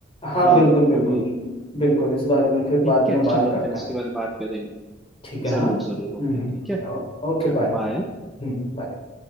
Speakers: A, on the left; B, in the centre.
A: हाँ
B: हाँ
A: बिल्कुल बिल्कुल
B: अभी
A: बिल्कुल इस बारे में फिर
B: ठीक
A: बाद में
B: है
A: बात
B: चलो
A: करते
B: फिर इसके
A: हैं
B: बारे में बात करेंगे
A: ठीक है
B: जरूर
A: हाँ
B: जरूर
A: हम्म
B: ओके
A: हम्म
B: ठीक है
A: ओ- ओके
B: चलो
A: बाय
B: बाय
A: Hmm bye